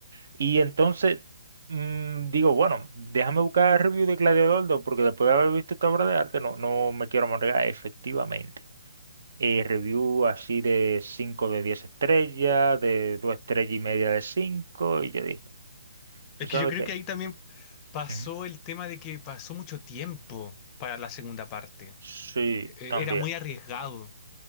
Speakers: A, on the right (about 55°); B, on the left (about 15°).
A: Y entonces mm, digo, bueno, déjame buscar review de Gladiador 2 porque después de haber visto esta obra de arte no, no me quiero amargar, efectivamente. Eh, review así de 5 de 10 estrellas, de 2 estrellas y media de 5 y yo dije, ¿tú
B: Es
A: sabes
B: que yo creo
A: qué?
B: que ahí también pasó
A: Ujú.
B: el tema de que pasó mucho tiempo para la segunda parte.
A: Sí,
B: E-
A: también.
B: Era muy arriesgado,